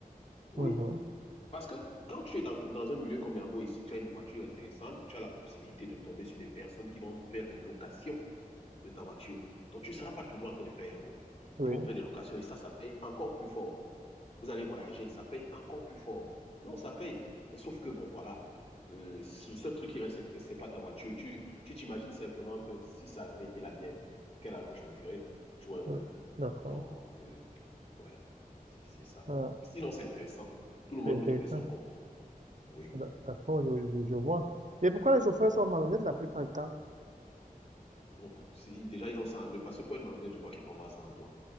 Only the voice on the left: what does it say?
Oui,
Parce que quand tu es dans, dans un milieu comme Yango ici, tu as une voiture intéressante, tu as la possibilité de tomber sur des personnes qui vont faire des locations de ta voiture. Donc, tu ne seras pas toujours en train de faire Yango.
Ils vont faire des locations et ça, ça paye encore plus fort vous allez voyager, ça paye encore plus fort. Non, ça paye. Mais sauf que, bon, voilà. Euh, le seul truc qui reste, c'est que c'est pas ta voiture. Tu, tu t'imagines simplement que si ça avait été la mienne, quel argent je me ferais? Tu vois un
peu?
Donc, euh, ouais, c'est c'est ça.
Sinon, c'est intéressant. Tout le monde
peut trouver son compte. Oui.
Bon, c'est- déjà, ils ont ça en eux. Parce que pour être malhonnête, je crois qu'il faut avoir ça en toi.